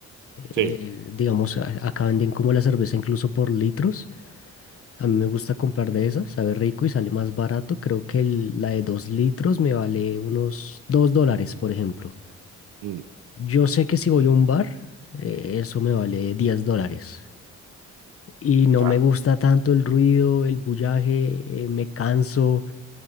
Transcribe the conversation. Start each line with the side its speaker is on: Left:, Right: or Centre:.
Left: eh,
Right: Sí,
Left: digamos, a- acá venden como la cerveza incluso por litros. A mí me gusta comprar de esas, sabe rico y sale más barato. Creo que el- la de dos litros me vale unos dos dólares, por ejemplo.
Right: mm,
Left: Yo sé que si voy a un bar, eh, eso me vale 10 dólares. Y no
Right: claro,
Left: me gusta tanto el ruido, el bullaje, eh, me canso.